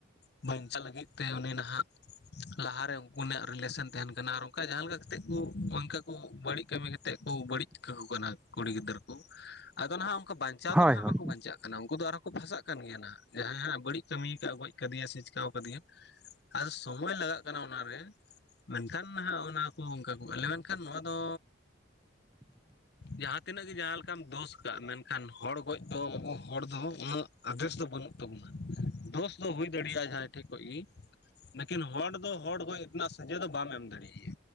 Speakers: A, on the left; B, in the centre.
A: ᱵᱟᱸᱧᱪᱟᱜ ᱞᱟᱹᱜᱤᱫ ᱛᱮ ᱩᱱᱤ ᱱᱟᱦᱟᱜ, ᱞᱟᱦᱟᱨᱮ ᱩᱱᱠᱤ ᱱᱟᱜ ᱨᱤᱞᱮᱥᱮᱱ ᱛᱟᱦᱮᱸᱱ ᱠᱟᱱᱟ, ᱟᱨ ᱚᱱᱠᱟ ᱡᱟᱦᱟᱸ ᱞᱮᱠᱟ ᱠᱟᱛᱮᱫ ᱠᱩ ᱚᱱᱠᱟ ᱠᱩ ᱵᱟᱹᱲᱤᱡ ᱠᱟᱹᱢᱤ ᱠᱟᱛᱮᱫ ᱠᱚ ᱵᱟᱹᱲᱤᱡ ᱠᱟᱠᱩ ᱠᱟᱱᱟ ᱠᱩᱲᱤ ᱜᱤᱫᱟᱹᱨ ᱠᱚ ᱾ ᱟᱫᱚ ᱱᱟᱦᱟᱜ ᱚᱝᱠᱟ ᱵᱟᱸᱧᱪᱟᱣ
B: ᱦᱳᱭ
A: ᱫᱚ ᱱᱟᱦᱟᱜ
B: ᱦᱳᱭ
A: ᱵᱟᱠᱚ ᱵᱟᱸᱧᱪᱟᱜ ᱠᱟᱱᱟ ᱾ ᱩᱱᱠᱩ ᱫᱚ ᱟᱨᱦᱚᱸ ᱠᱚ ᱯᱷᱟᱸᱥᱟᱜ ᱠᱟᱱ ᱜᱮᱭᱟ ᱱᱟᱦᱟᱜ, ᱡᱟᱦᱟᱸᱭ ᱦᱟᱸᱜ ᱵᱟᱹᱲᱤᱡ ᱠᱟᱹᱢᱤᱭ ᱠᱟᱜ ᱜᱚᱡ ᱠᱟᱫᱮᱭᱟ ᱥᱮ ᱪᱮᱠᱟᱣ ᱠᱟᱫᱮᱭᱟ, ᱟᱫᱚ ᱥᱚᱢᱳᱭ ᱞᱟᱜᱟᱜ ᱠᱟᱱᱟ ᱚᱱᱟᱨᱮ ᱾ ᱢᱮᱱᱠᱷᱟᱱ ᱦᱟᱸᱜ ᱚᱱᱟ ᱠᱚ ᱚᱱᱠᱟ ᱠᱚ ᱟᱞᱮ ᱞᱮᱱᱠᱷᱟᱱ ᱱᱚᱣᱟ ᱫᱚ
B: <inaudible>
A: ᱡᱟᱦᱟᱸ ᱛᱤᱱᱟᱹᱜ ᱜᱮ ᱡᱟᱦᱟᱸ ᱞᱮᱠᱟᱢ ᱫᱳᱥ ᱠᱟᱜᱼᱟ, ᱢᱮᱱᱠᱷᱟᱱ ᱦᱚᱲ ᱜᱚᱡ ᱫᱚ ᱦᱚᱲ ᱫᱚ ᱩᱱᱟᱹᱜ ᱟᱫᱮᱥ ᱫᱚ ᱵᱟᱹᱱᱩᱜ ᱛᱟᱵᱚᱱᱟ ᱾ ᱫᱳᱥ ᱫᱚ ᱦᱩᱭ ᱫᱟᱲᱮᱭᱟᱜᱼᱟ ᱡᱟᱦᱟᱸᱦᱭ ᱴᱷᱮᱡ ᱠᱷᱚᱡ ᱜᱮ ᱾ ᱱᱟᱠᱤᱱ ᱦᱚᱲ ᱫᱚ ᱦᱚᱲ ᱜᱚᱡ ᱨᱮᱱᱟᱜ ᱥᱟᱹᱡᱟᱹᱭ ᱫᱚ ᱵᱟᱢ ᱮᱢ ᱫᱟᱲᱮᱭ ᱟᱭᱟ᱾